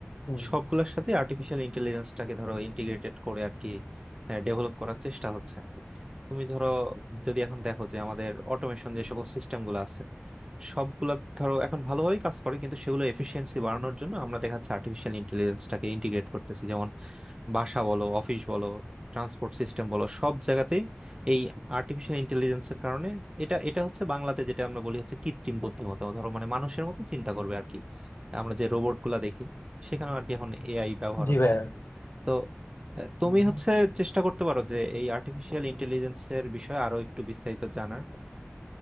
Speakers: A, on the left (about 60°); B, on the right (about 20°).
A: হুম,
B: সবগুলোর সাথে আর্টিফিশিয়াল ইন্টেলিজেন্সটাকে ধরো ইন্টিগ্রেটেড করে আর কি ডেভেলপ করার চেষ্টা হচ্ছে তুমি ধরো যদি এখন দেখো যে আমাদের অটোমেশন যে সকল সিস্টেম গুলো আছে সবগুলা ধরো এখন ভালোভাবেই কাজ করে কিন্তু সেগুলো এফিসিয়েন্সি বাড়ানোর জন্য আমরা দেখা যাচ্ছে আর্টিফিশিয়াল ইন্টেলিজেন্সটাকে ইন্টিগ্রেট করতেছি যেমন বাসা বলো অফিস বলো ট্রান্সপোর্ট সিস্টেম বলো সব জায়গাতেই এই আর্টিফিশিয়াল ইন্টেলিজেন্সের কারণে এটা এটা হচ্ছে বাংলাতে যেটা আমরা বলি হচ্ছে কৃত্রিম বুদ্ধিমত্তা ধরো মানে মানুষের মতো চিন্তা করবে আর কি আমরা যে রোবট গুলা দেখি সেখানেও আর কি এখন এআই ব্যবহার
A: জি
B: হচ্ছে
A: ভাই
B: তো আহ, তুমি
A: হুম।
B: হচ্ছে চেষ্টা করতে পারো যে এই আর্টিফিশিয়াল ইন্টেলিজেন্সের বিষয়ে আরো একটু বিস্তারিত জানার